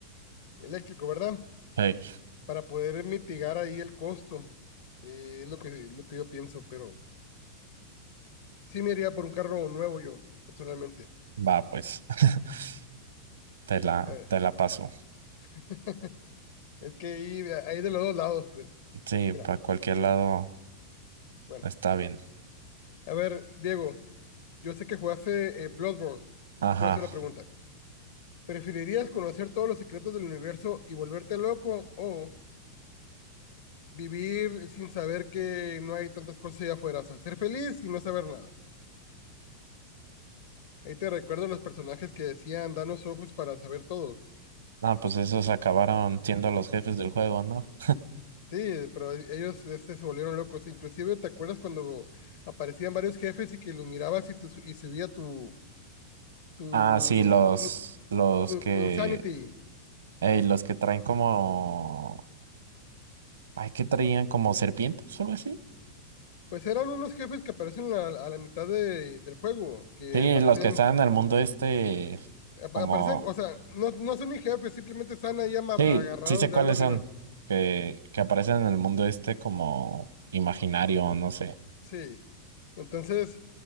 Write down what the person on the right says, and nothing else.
Sí.
Va, pues, <laughs> te la,
te la paso.
Sí,
para cualquier lado
está bien.
Ajá.
Ah, pues esos acabaron siendo los jefes del juego, ¿no?
Ah, sí,
los,
los
que,
ey, los que traen como, ay, qué traían como serpientes o algo así.
Sí,
los que están en el mundo este,
como,
sí,
sí sé
cuáles
son, que, que aparecen en el mundo este como imaginario, no sé.